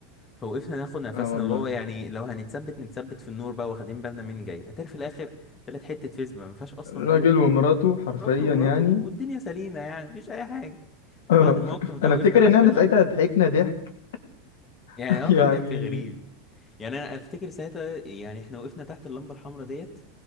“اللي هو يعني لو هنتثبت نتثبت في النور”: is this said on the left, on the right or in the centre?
Left